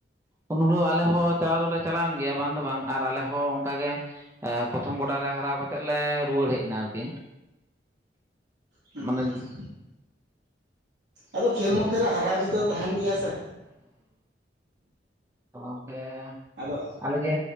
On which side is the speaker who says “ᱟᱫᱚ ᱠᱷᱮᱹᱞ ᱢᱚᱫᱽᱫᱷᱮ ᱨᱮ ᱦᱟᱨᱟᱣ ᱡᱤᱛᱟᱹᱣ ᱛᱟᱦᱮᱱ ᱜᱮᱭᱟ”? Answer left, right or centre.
Right